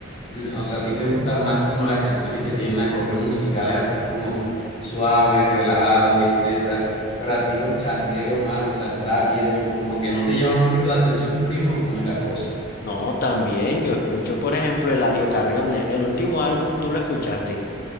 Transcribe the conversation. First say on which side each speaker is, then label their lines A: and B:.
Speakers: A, on the left (about 30°); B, on the left (about 50°).
A: Mm, O sea, ¿a ti te gustan más como las canciones que tienen acordes musicales así como suaves, relajados y etcétera? Pero así los chanteos más, o sea, el trap y eso, como que no te llama mucho la atención, primo, ¿cómo es la cosa?
B: No, también yo escucho, por ejemplo, Eladio Carrión, el el último álbum, ¿tú lo escuchaste?